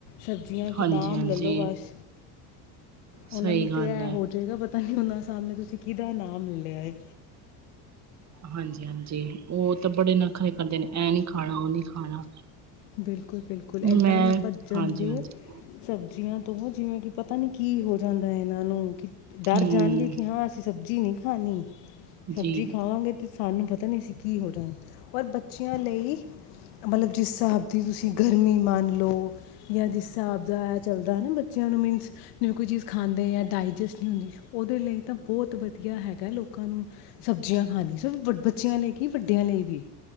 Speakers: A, on the left; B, on the right.
A: ਸਬਜ਼ੀਆਂ
B: ਹਾਂਜੀ-ਹਾਂਜੀ
A: ਗਦਾਮ ਲੈ ਲਓ ਬਸ ਉਹਨਾਂ
B: ਸਹੀ
A: ਨੂੰ
B: ਗੱਲ
A: ਤਾਂ ਐ
B: ਹੈ
A: ਹੋ ਜਾਏਗਾ ਪਤਾ ਨਹੀਂ ਉਹਨਾਂ ਸਾਹਮਣੇ ਤੁਸੀਂ ਕਿਦਾ ਨਾਮ ਲੈ ਲਿਆ ਹੈ।
B: ਹਾਂਜੀ -ਹਾਂਜੀ ਉਹ ਤਾਂ ਬੜੇ ਨਖਰੇ ਕਰਦੇ ਨੇ ਇਹ ਨੀ ਖਾਣਾ ਉਹ ਨੀ ਖਾਣਾ
A: ਬਿਲਕੁਲ -ਬਿਲਕੁਲ ਏਦਾਂ
B: ਮੈਂ
A: ਨਾ ਭੱਜਣਗੇ
B: ਹਾਂਜੀ-ਹਾਂਜੀ
A: ਸਬਜ਼ੀਆਂ ਤੋਂ ਜਿਵੇਂ ਕਿ ਪਤਾ ਨੀ ਕੀ ਹੋ ਜਾਂਦਾ ਇਹਨਾਂ ਨੂੰ ਕਿ ਡਰ
B: ਹਮ
A: ਜਾਣਗੇ ਕਿ ਹਾਂ ਅਸੀਂ ਸਬਜ਼ੀ ਨਹੀਂ ਖਾਣੀ ਸਬਜ਼ੀ
B: ਜੀ
A: ਖਾਵਾਂਗੇ ਤੇ ਸਾਨੂੰ ਪਤਾ ਨਹੀਂ ਅਸੀਂ ਕੀ ਹੋ ਜਾਗੇ। ਔਰ ਬੱਚਿਆਂ ਲਈ ਮਤਲਬ ਜਿਸ ਹਿਸਾਬ ਦੀ ਤੁਸੀਂ ਗਰਮੀ ਮੰਨ ਲੋ ਯਾਂ ਜਿਸ ਸਾਬ ਦਾ ਐ ਚੱਲਦੈ ਨਾ ਬੱਚਿਆਂ ਨੂੰ ਮੀਨਸ ਜਿਵੇਂ ਕੋਈ ਚੀਜ਼ ਖਾਂਦੇ ਐਂ, ਡਾਇਜੈਸਟ ਹੁੰਦੀ। ਔਦੇ ਲਈ ਤਾਂ ਬੋਤ ਵਧੀਆ ਹੈਗੈ ਲੋਕਾਂ ਨੂੰ ਸਬਜ਼ੀਆਂ ਖਾਣੀ <unintelligible> ਬੱਚਿਆਂ ਲਈ ਕੀ, ਵੱਡਿਆਂ ਲਈ ਵੀ